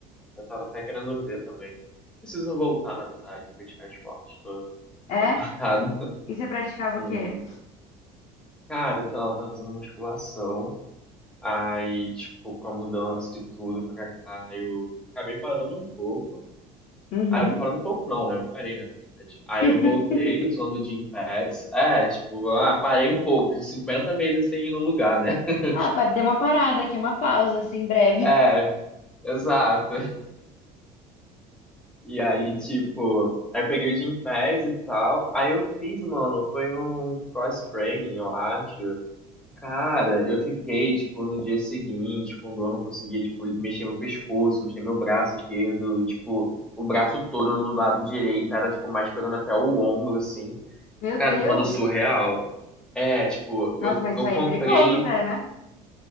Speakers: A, in the centre; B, on the left (about 55°).
A: Eu tava até querendo ver também. Preciso voltar, na verdade, praticar esporte. Tô,
B: É?
A: tô parado. <laughs>
B: E você praticava
A: Sim.
B: o quê?
A: Cara, eu tava, tava fazendo musculação, aí, tipo, com a mudança e tudo pra cá, eu acabei parando um pouco.
B: Uhum.
A: Ah, parando um pouco não, né? Eu parei, na verdade. Aí
B: <laughs>
A: eu voltei usando o Gym Pass. É, tipo, ah, parei um pouco, 50 meses sem ir no lugar, né? <laughs>
B: Ah, pa- dei uma parada aqui, uma pausa, assim, breve.
A: É, exato. E aí, tipo, aí eu peguei o Gym Pass e tal, aí eu fiz, mano, foi um cross-training, eu acho. Cara, eu fiquei, tipo, no dia seguinte, quando eu não conseguia, tipo, mexer meu pescoço, mexer meu braço esquerdo, tipo, o braço todo no lado direito, era, tipo, mais pegando até o ombro, assim.
B: Meu
A: Cara,
B: Deus!
A: me mandou surreal. É, tipo, eu,
B: Nossa, mas
A: eu
B: isso aí
A: comprei.
B: é perigoso até, né?